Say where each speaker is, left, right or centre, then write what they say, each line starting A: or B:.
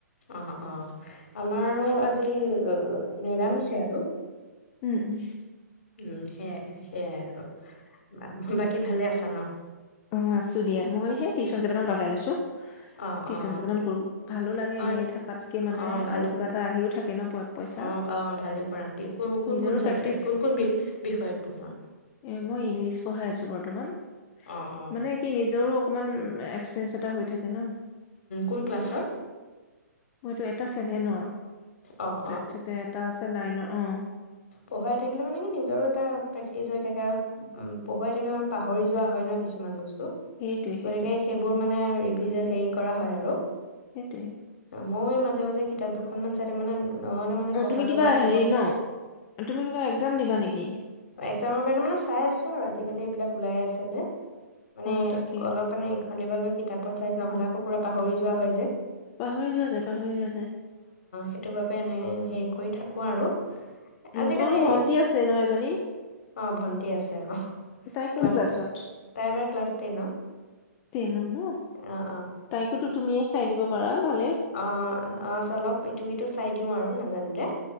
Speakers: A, on the left (about 50°); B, on the left (about 20°).
A: অ অ আমাৰো আজি নিৰামিছে আৰু
B: উম উম
A: উম সে সেয়াই আৰু বাকী ভালে আছনা
B: অ আছো দিয়া মই সেই টিউশ্যন কেইটামান লগাই লৈছো
A: অ
B: টিউচন
A: অ অ
B: কেইটামান
A: কি
B: কৰো ভালো লাগে এনেই
A: অ
B: থাকাতকে মানে
A: অ ভালেই
B: আৰু কিবা এটা আহিও থাকে ন প পইচা
A: অ অ ভালে কৰাট ক কোন
B: নিজৰো
A: কোন চাবজেক্ট
B: প্ৰেক্টিচ
A: কোন কোন বি বিষয়ত পঢ়োৱা
B: এ মই ইংলিছ পঢ়াই আছো বৰ্তমান
A: অ', অ',
B: মানে কি নিজৰো অকণমান এক্সপেঞ্চ এটা হৈ থাকে ন
A: কোন ক্লাছৰ
B: মইটো এটা ছেভেনৰ
A: অ',
B: তাৰপিছতে এটা আছে নাইন অ
A: পঢ়াই থাকিলে মানে কি নিজৰো এটা প্ৰেক্টিছ হৈ থাকে আৰু উম পঢ়ুৱাই থাকিলে পাহৰি যোৱা হয় ন কিছুমান বস্তু
B: সেইটোৱে সেইটোৱে
A: গতিকে সেইবোৰ মানে ৰিভিজ হেৰি কৰা হয় আৰু
B: সেইটোৱে
A: মই মাজে মাজে কিতাপ দুখনমান চাই থাকঁ মানে নহ'লে মানে
B: অ
A: পঢ়াৰ
B: তুমি কিবা
A: লগত সম্পৰ্ক
B: হেৰি ন তুমি কিবা এক্সাম দিবা নেকি
A: এক্জামৰ কাৰণে মানে চাই আছো আৰু আজিকালি এইবিলাক ওলাই আছে যে মানে
B: অ তাকে
A: অলপ মানে অলি ভালকৈ কিতাপত ছাই নহ'লে আকৌ পাহৰি যোৱা হয় যে
B: পাহৰি যোৱা য পাহৰি যোৱা যায়
A: সেইটোৰ বাবে এনেই হেৰি কৰি থাকোঁ আৰু
B: উম
A: আজিকালি
B: ', তোমালোকৰ ভন্টি আছে ন এজনী
A: অঁ ভণ্টি আছে অঁ
B: তাই কোন
A: ক্লাছ
B: ক্লাছত?
A: তাই এবাৰ ক্লাছ টেনত
B: টেন ন
A: অঁ
B: তাইকোতো তুমিয়ে চাই দিব পৰা ভাল
A: অহ ',- অহ ', চলপ ইটো সিটো চাই দি। দিও আৰু নাজানিলে।